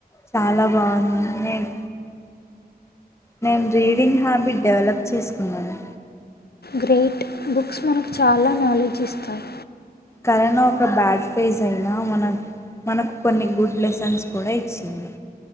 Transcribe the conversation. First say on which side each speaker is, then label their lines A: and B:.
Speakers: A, on the left; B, on the left.
A: చాల బాగుంది నేన్ నేన్ రీడింగ్ హ్యాబిట్ డెవలప్ చేసుకున్నాను
B: గ్రేట్ బుక్స్ మనకు చాల నాలెడ్జ్ ఇస్తాయ్
A: కరోన ఒక బ్యాడ్ ఫేజ్ అయినా మన మనకు కొన్ని గుడ్ లెసన్స్ కూడ ఇచ్చింది